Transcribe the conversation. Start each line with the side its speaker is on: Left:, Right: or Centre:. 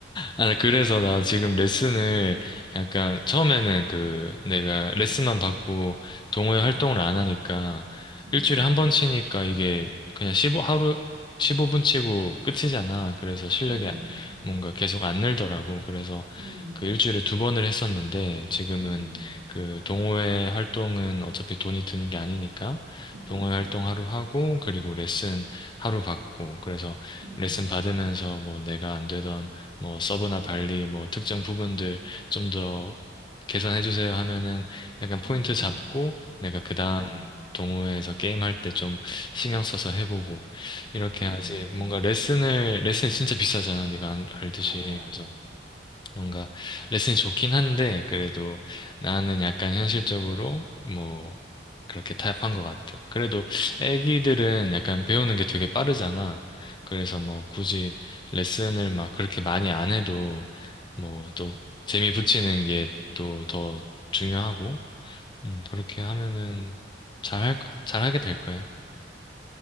Left: 아, 그래서 나 지금 레슨을 약간 처음에는 그 내가 레슨만 받고 동호회
Right: 어,
Left: 활동을 안 하니까
Right: 음,
Left: 일주일에 한 번 치니까 이게 그냥 15, 하루 십오 분 치고 끝이잖아. 그래서 실력이
Right: 음,
Left: 뭔가 계속 안 늘더라고. 그래서
Right: 음,
Left: 그 일주일에 두 번을 했었는데 지금은
Right: 음,
Left: 그 동호회 활동은 어차피 돈이 드는 게 아니니까
Right: 어, 그치.
Left: 동호회 활동 하루 하고 그리고 레슨 하루 받고 그래서
Right: 음,
Left: 레슨 받으면서 뭐 내가 안 되던 뭐 서브나 발리 뭐 특정 부분들 좀 더 개선해 주세요 하면은 약간 포인트
Right: 음,
Left: 잡고 내가 그 다음
Right: 음,
Left: 동호회에서 게임할 때 좀 신경 써서 해보고 이렇게
Right: 음,
Left: 하지 뭔가 레슨을 레슨이 진짜 비싸잖아 네가 알- 알듯이
Right: 맞아.
Left: 그래서 뭔가 레슨이 좋긴 한데 그래도 나는 약간 현실적으로 뭐 그렇게 타협한 것 같아. 그래도 애기들은 약간 배우는 게 되게 빠르잖아. 그래서 뭐 굳이 레슨을 막 그렇게 많이 안 해도 뭐 또 재미 붙이는 게 또 더 중요하고 음, 그렇게 하면은 잘 할, 잘하게 될 거야.